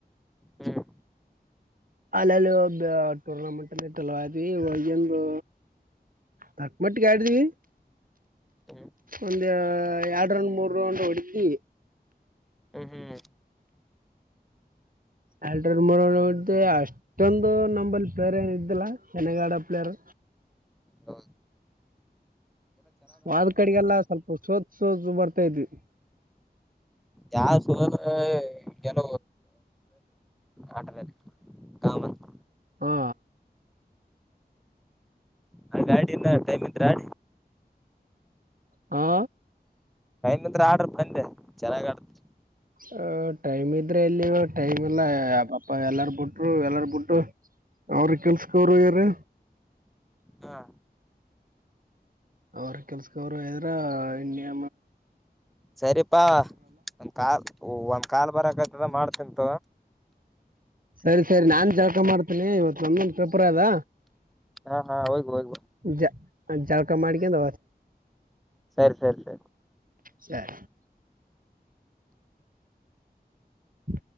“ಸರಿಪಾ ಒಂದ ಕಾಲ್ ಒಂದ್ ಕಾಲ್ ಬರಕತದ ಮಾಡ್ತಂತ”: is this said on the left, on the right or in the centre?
Centre